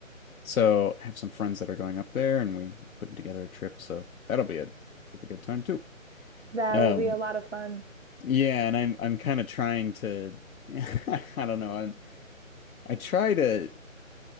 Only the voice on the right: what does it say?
That
will be a lot of fun.